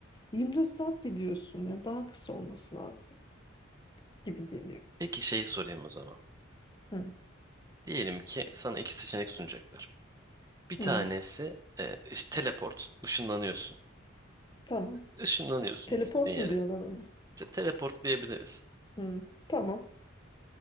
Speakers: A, on the left; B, on the right.
A: 24 saat gidiyorsun ya daha kısa olması lazım gibi geliyor.
B: Peki şeyi sorayım o zaman.
A: Hı.
B: Diyelim ki sana iki seçenek sunacaklar. Bir tanesi
A: Hı.
B: e, işte teleport, ışınlanıyorsun.
A: Tamam.
B: Işınlanıyorsun
A: Teleport
B: istediğin yere.
A: mu diyorlar ona?
B: Te- teleport diyebiliriz.
A: Hı. Tamam.